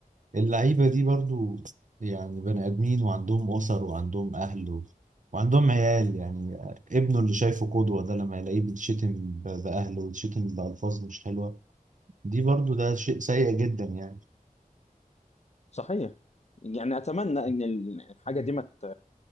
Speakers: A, on the right (about 60°); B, on the left (about 50°).
A: اللعيبة دي برضو يعني بني آدمين وعندهم أسر وعندهم أهل و... وعندهم عيال يعني ابنه اللي شايفه قدوة ده لما يلاقيه بيتشتم ب- بأهله ويتشتم بألفاظ مش حلوة دي برضو ده شيء سيء جدا يعني
B: صحيح يعني أتمنى إن ال- الحاجة دي ما مت...